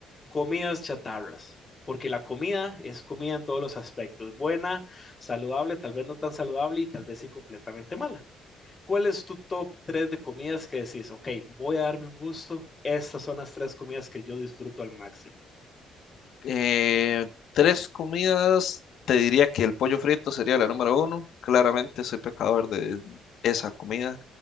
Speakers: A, on the left; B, on the left.
A: Comidas chatarras, porque la comida es comida en todos los aspectos, buena, saludable, tal vez no tan saludable y tal vez sí completamente mala. ¿Cuál es tu top 3 de comidas que decís, ok, voy a darme un gusto? Estas son las tres comidas que yo disfruto al máximo.
B: Eh, tres comidas, te diría que el pollo frito sería la número uno. Claramente soy pecador de esa comida,